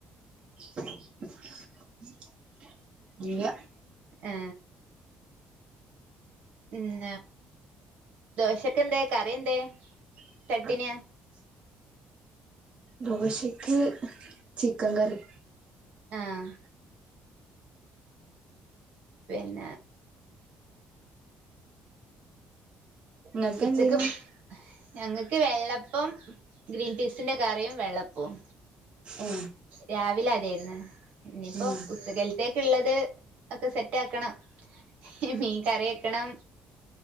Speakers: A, on the right; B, on the right.
A: <inaudible> ഇല്ല
B: ആ ഇന്ന് ദോശക്കെന്തേ കറി എന്തേ?
A: <inaudible>
B: ചട്ടിനിയാ
A: ദോശയ്ക്ക്, ചിക്കൻ കറി
B: ആഹ് പിന്നെ
A: നിങ്ങക്ക്
B: ഉച്ചക്ക്
A: എന്തേനു
B: ഞങ്ങക്ക് വെള്ളപ്പം, ഗ്രീൻ പീസ് ത്തിന്റെ കറിയും വെള്ളപ്പവും
A: ഉം...
B: രാവിലെ അതേര്ന്ന് നിപ്പം
A: ഉം
B: ഉച്ചക്കൽത്തേക്ക്ള്ളത് ഒക്കെ സെറ്റാക്കണം മീൻ കറ്യക്കണം